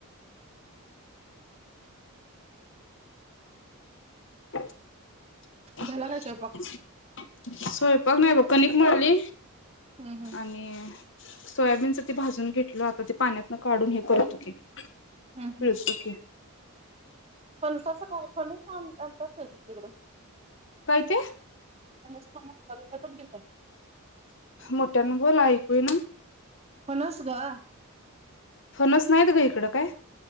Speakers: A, on the left; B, on the right.
A: <unintelligible>
B: झाला काय स्वयंपाक?
A: स्वयंपाक नाही, ब कनिक मळली
B: हम्म हम्म
A: आणि सोयाबीनच ते भाजून घेतल, आता ते पाण्यातन काढून हे करतो की.
B: हम्म हम्म.
A: पिळतो की.
B: फणसाचं काय फणस आणतात कधी तिकडं?
A: काय ते?
B: नसत मस्त विकतच घेतात.
A: मोठ्यानं बोल ऐकू येना.
B: फणस गं?
A: फणस नाहीत गं इकडं काय.